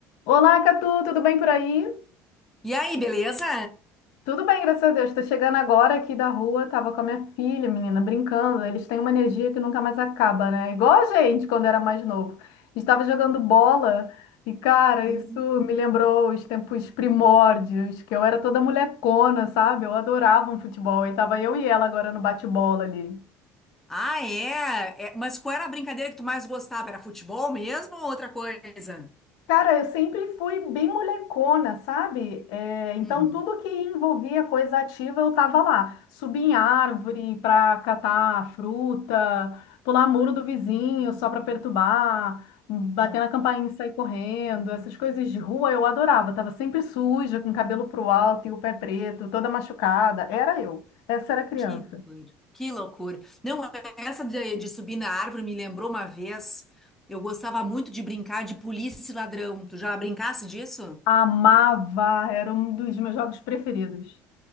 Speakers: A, on the left; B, in the centre.
A: Olá, Catu, tudo bem por aí?
B: E aí, beleza?
A: Tudo bem, graças a Deus. Tô chegando agora aqui da rua, tava com a minha filha, menina, brincando. Eles têm uma energia que nunca mais acaba, né? Igual a gente quando era mais novo. A gente tava jogando bola e, cara,
B: Hum.
A: isso me lembrou os tempos primórdios, que eu era toda molecona, sabe? Eu adorava um futebol e tava eu e ela agora no bate-bola ali.
B: Ah, é? É, Mas qual era a brincadeira que tu mais gostava? Era futebol mesmo ou outra coisa?
A: Cara, eu sempre fui bem molecona, sabe? É, então,
B: Uhum.
A: tudo que envolvia coisa ativa, eu tava lá. Subir em árvore para catar fruta, pular muro do vizinho só para perturbar, bater
B: No-
A: na campainha e sair correndo. Essas coisas de rua eu adorava. Tava sempre suja, com o cabelo pro alto e o pé preto, toda machucada. Era eu. Essa era a criança.
B: que loucura, que loucura. Não, essa de, de subir na árvore me lembrou uma vez. Eu gostava muito de brincar de polícia e ladrão. Tu já brincasse disso?
A: Amava, era um dos meus jogos preferidos.